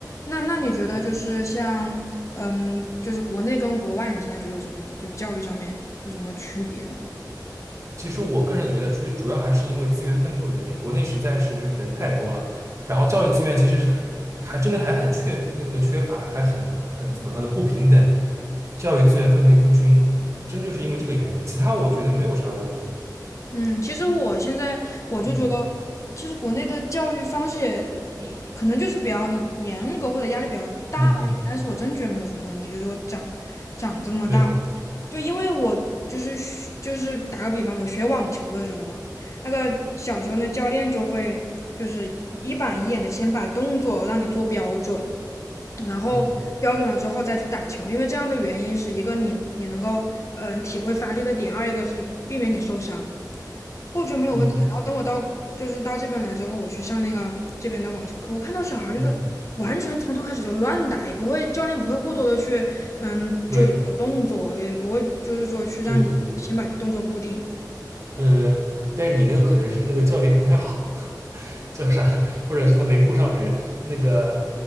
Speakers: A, on the left; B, on the right.
A: 那那你觉得就是像，嗯，就是国内跟国外，你现在觉得有什么就教育上面有什么区别吗？
B: 其实我个人觉得，主主要还是因为资源分布的原因，国内实在是就是人太多了，然后教育资源其实是还还真的还很缺那个缺乏，还很很怎么说呢不平等，教育资源分配不均，真就是因为这个原因，其他我觉得没有啥问题。
A: 嗯，其实我现在我就觉得，
B: 嗯
A: 其实国内的教育方式也也可能就是比较严格或者压力比较大而已，
B: 嗯嗯，
A: 但是我真觉得没有什么问题，就是我长长这么大。
B: 对，
A: 就因为我就是就是打个比方，我学网球的时候嘛，那个小时候那教练就会就是一板一眼的先把动作让你做标准，然后标准了之后再去打球，
B: 嗯
A: 因为这样的原因是一个你你能够嗯、呃体会发力的点，二一个是避免你受伤。我觉得没有问题啊。
B: 嗯嗯
A: 然后等我到就是到这边来之后，我去上那个这边的网球课，我看到小孩儿就是完全从头开始就乱打，
B: 嗯，
A: 也不会教练不会过多的去嗯纠正你的动作，
B: 对。
A: 也不会就是说去让你先把动作固定。
B: 对对对，呃，但是你那个可能是那个教练不太好，<laughs> 叫啥，或者是他没顾上别人。那个，